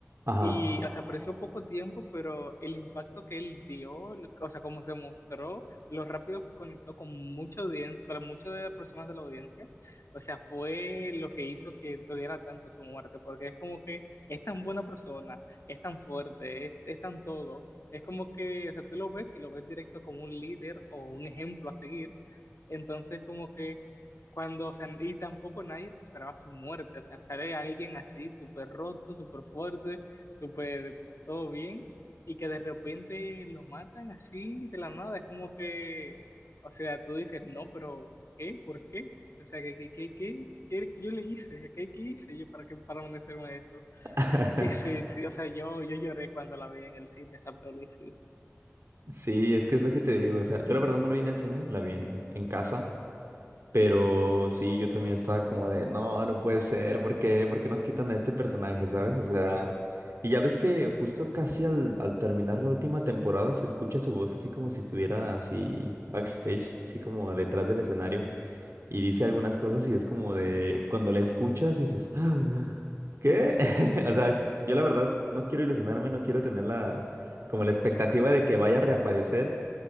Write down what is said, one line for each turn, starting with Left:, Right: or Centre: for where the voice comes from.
Right: Ajá.
Left: Y, o sea, apareció poco tiempo, pero el impacto que él dio, lo- o sea, cómo se mostró, lo rápido que conectó con mucha audiencia, con muchas de las personas de la audiencia, o sea, fue lo que hizo que doliera tanto su muerte, porque es como que es tan buena persona, es tan fuerte, es, es tan todo, es como que, o sea, tú lo ves y lo ves directo como un líder o un ejemplo a seguir, entonces como que cuando, o sea, y tampoco nadie se esperaba su muerte, o sea, sale alguien así súper roto, súper fuerte súper todo bien, y que de repente lo matan así de la nada. Es como que, o sea, tú dices, no, pero ¿qué? ¿Por qué? O sea, ¿qué, qué, qué, qué, qué yo le hice? ¿Qué, qué hice yo para que para merecerme esto?
Right: <laughs>
Left: Y sí, sí, o sea, yo, yo lloré cuando la vi en el cine, esa peli, sí.
Right: Sí, es que es lo que te digo. O sea, yo la verdad no la vi en el cine, la vi en, en casa. Pero sí, yo también estaba como de, no, no puede ser, ¿por qué? ¿Por qué nos quitan a este personaje, sabes? O sea, y ya ves que justo casi al, al terminar la última temporada se escucha su voz así como si estuviera así backstage, así como detrás del escenario. y dice algunas cosas y es como de, cuando la escuchas dices, "Ah, ah, ¿qué? <laughs> O sea, yo la verdad no quiero ilusionarme, no quiero tener la, como la expectativa de que vaya a reaparecer,